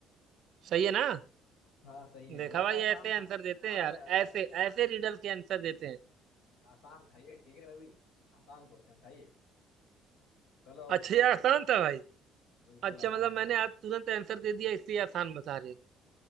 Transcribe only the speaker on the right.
सही है ना
देखा
भाई
ऐसे
आंसर देते हैं यार
ऐसे ऐसे रिडल के आंसर देते हैं
अच्छा
ये आसान
था भाई
अच्छा
मतलब
मैंने
आज तुरंत आंसर दे दिया इसलिए आसान बता रहे हो